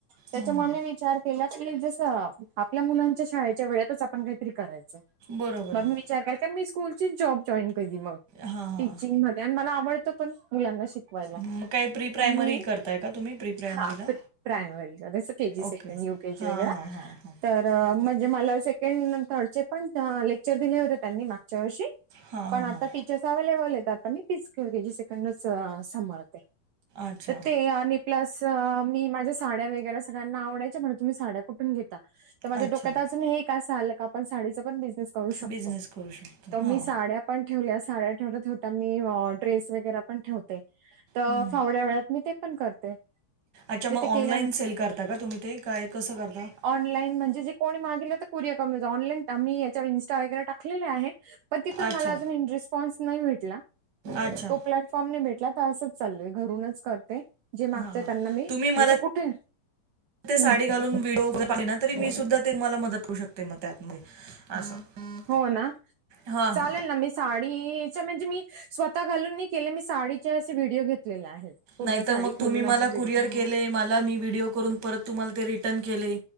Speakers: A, on the right (about 75°); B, on the right (about 40°).
A: त्याच्यामुळे
B: हम्म
A: मी विचार केला की जस आपल्या मुलांच्या शाळेच्या वेळेतच आपण काहीतरी करायचं
B: बरोबर हाय
A: त्या करता मी स्कूलची जॉब जॉईन केली मग
B: हां हां
A: टीचींग मध्ये आणि मला आवडतं पण मुलांना शिक वायला
B: मग काय प्री प्रायमरी
A: तर मी
B: करताय का तुम्ही प्री प्रायमरीला?
A: हा प्रायमरी जस KG second
B: okay
A: U K G
B: हां
A: वैगेरा
B: हां हां हां
A: तर म्हणजे मला सेकंड थर्डचे पण लेक्चर दिले होते त्यांनी मा गच्या वर्षी
B: हां
A: पण
B: हां
A: आता
B: हां
A: टी चर्स अवैलेबल आहेत आता मी तीच के जी सेकंडच सांभाळते
B: अच्छा.
A: तर ते आणि प्लस मी माझ्या साड्या वगैरे सगळ्यांना आवडायच्या म्हणे तुम्ही कुठून घेता तर माझ्या
B: अच्छा.
A: डोक्यात अजून हे एक असं आलं का आपण साडीचा पण बिज नेस करू शकतो
B: बिझनेस करू शकतो
A: तर
B: हां
A: मी साड्या पण ठेवल्या साड्या ठेवता ठेवता मी ड्रेस वगैरा पण ठेवते तर
B: हं
A: फावल्या
B: हं
A: वेळात मी ते पण करते
B: अच्छा
A: ते
B: मग
A: ते
B: ऑनलाइन
A: केल्या
B: सेल करता का तुम्ही ते काय कसं करता
A: ऑनलाइन म्हणजे जे कुणी मागितलं तर कुरियर करून देतो ऑनलाईन मी याच्यावर इन्स्टा वर वगैरे टाकलेलं आहे पण तिथून
B: अच्छा
A: मला अजूनही रिस्पॉन्स नाही भेटला
B: अच्छा
A: तो प्लॅट फॉर्म नाही भेटला तर असंच चाललंय घरूनच करते जे मागते
B: हा हा
A: त्यांना मी
B: तुम्ही मला
A: जस कुठे
B: ते साडी
A: हं,
B: घालून व्हिडिओ पाठवलेत तरी मी सुद्धा ते तुम्हाला मदत करू शकते म त्यात मध्ये असं
A: हो ना
B: हां
A: चालेल
B: हां
A: ना मी साडीचे म्हणजे मी स्वतः घालून नाही केले मी साडीचे असे व्हिडओ घेतलेले आहेत पूर्ण
B: नाहीतर
A: साडी
B: मग
A: खोलून
B: तुम्ही मला
A: अशी व्हिडिओ
B: कुरिअर केले मला मी व्हिडिओ करून परत तुम्हाला ते रिटर्न केले